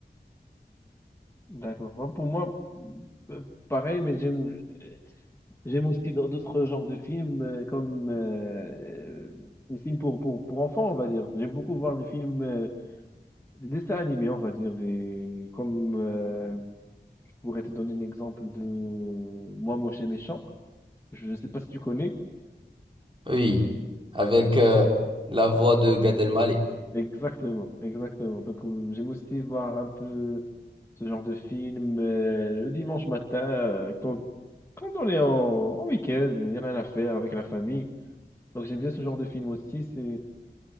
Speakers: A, on the left; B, on the right.
A: D'accord. Bon, pour moi, euh, pareil, mais j'aime euh, j'aime aussi dans d'autres genres de films, euh, comme euh, les films pour, pour, pour enfants, on va dire. J'aime beaucoup voir des films, euh, des dessins animés, on va dire. Des, comme euh, je pourrais te donner un exemple de Moi, Moche et Méchant. Je ne sais pas si tu connais.
B: Oui, avec euh, la voix de Gad Elmaleh.
A: Exactement, exactement. Donc, euh, j'aime aussi voir un peu ce genre de film euh, le dimanche matin, euh, quand, quand on est en, en week-end, il n'y a rien à faire avec la famille. Donc, j'aime bien ce genre de film aussi. C'est,